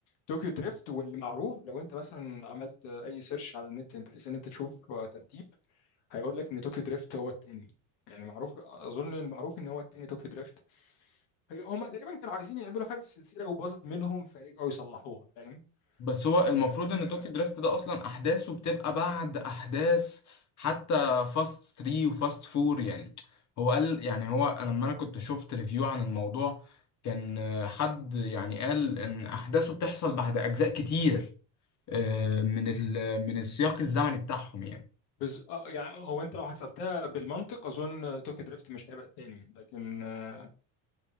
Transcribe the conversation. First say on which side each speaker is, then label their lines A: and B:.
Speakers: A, on the left; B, on the left.
A: طوكيو دريفت واللي معروف لو انت مثلا عملت اي سيرش على النت بحيث ان انت تشوف ترتيب هيقول لك ان طوكيو دريفت هو التاني يعني معروف اظن المعروف ان هو التاني طوكيو دريفت هي هما تقريبا كانوا عايزين يعملوا حاجه في السلسله وباظت منهم فرجعوا يصلحوها فاهم
B: بس هو المفروض
A: آه
B: ان توكي دريفت ده اصلا احداثه بتبقى بعد احداث حتى فاست 3 وفاست 4 يعني هو قال يعني هو أنا لما انا كنت شفت ريفيو عن الموضوع كان آه، حد يعني قال ان احداثه بتحصل بعد اجزاء كتير آه، من ال... من السياق الزمني بتاعهم يعني
A: بز... آه يعني هو انت لو حسبتها بالمنطق اظن طوكيو دريفت مش هيبقى التاني لكن آه